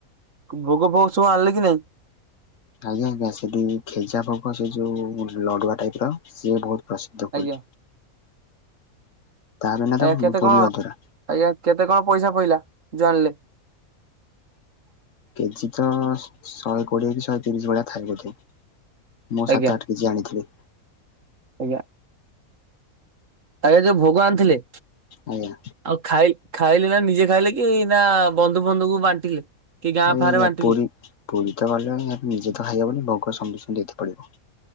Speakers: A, on the right; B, on the left.
A: ଭୋଗ ଫୋଗ ସବୁ ଆଣିଲେ କି ନାଇଁ?
B: ଆଜ୍ଞା ଆଜ୍ଞା ସେଠି ଖେଜା ଫୋଗ ସେ ଯୋଉ ଲଡୁଆ ଟାଇପ ର ସିଏ ବହୁତ ପ୍ରସିଦ୍ଧ ପୁରୀରେ।
A: <inaudible>
B: ତା ବିନା
A: ଆଜ୍ଞା
B: ତ
A: କେତେ
B: ପୁରୀ
A: କଣ
B: ଅଧୁରା।
A: ଆଜ୍ଞା କେତେ କଣ? ପଇସା ପଇଲା ଯୋଉ ଆଣିଲେ?
B: କେଜି ତ ଶ ଶହେ କୋଡିଏ କି ଶହେ ତିରିଶ ଭଳିଆ ଥାଏ ବୋଧେ। ମୁଁ
A: ଆଜ୍ଞା
B: ସାତ ଆଠ କେଜି ଆଣିଥିଲି।
A: ଆଜ୍ଞା, ଆଜ୍ଞା ଯୋଉ ଭୋଗ ଆଣିଥିଲେ
B: ଆଜ୍ଞା
A: ଆଉ ଖାଇ ଖାଇଲେ ନା ନିଜେ ଖାଇଲେ କି, ନା ବନ୍ଧୁ ଫନ୍ଧୁକୁ ବାଣ୍ଟିଲେ? କି ଗାଁ
B: ନାଇଁ
A: ଫାଁ
B: ଆଜ୍ଞା,
A: ରେ ବାଣ୍ଟିଲେ
B: ପୁରୀ ପୁରୀ ତ ଗଲେ ନିଜେ ତ ଖାଇହବନି, ଭୋଗ ସମସ୍ତଙ୍କୁ ଦେଇଥାଉ। ପଡ଼ିବ।